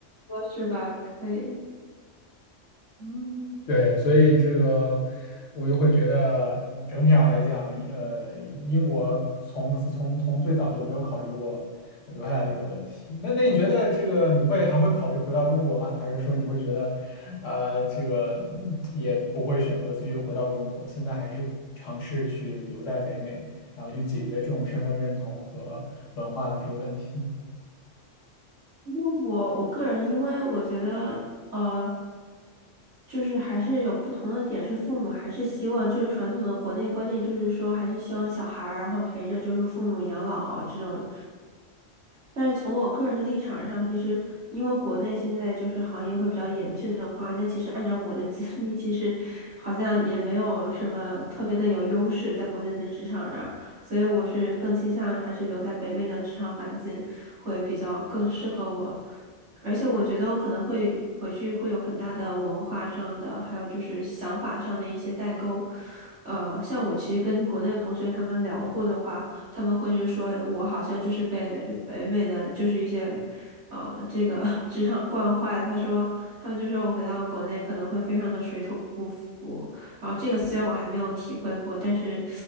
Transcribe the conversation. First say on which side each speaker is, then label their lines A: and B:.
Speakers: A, on the right; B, on the left.
A: 说是吧？可以，嗯。
B: 对，所以这个我就会觉得嗯整体上来讲，呃，英国从从从最早就没有考虑过留下来这个问题。那那你觉得这个你会还会考虑回到中国吗？还是说你会觉得，呃，这个嗯也不会选择继续回到中国，现在还是尝试去留在北美，然后去解决这种身份认同和文化的这个问题？
A: 因为我我个人，因为我觉得，呃，就是还是有不同的点，是父母还是希望，就是传统的国内观念，就是说还是希望小孩儿然后陪着就是父母养老啊这种，但是从我个人的立场上，其实因为国内现在就是行业会比较严峻的话，那其实按照我的经历，其实好像也没有什么特别的有优势在国内的职场上，所以我是更倾向还是留在北美的职场环境会比较更适合我，而且我觉得我可能会回去会有很大的文化上的，还有就是想法上的一些代沟。呃，像我其实跟国内的同学他们聊过的话。他们会就是说我好像就是被北美的就是一些，呃，这个 <laughs> 职场惯坏了。他说他们就说我回到国内可能会非常的水土不服。然后这个虽然我还没有体会过，但是，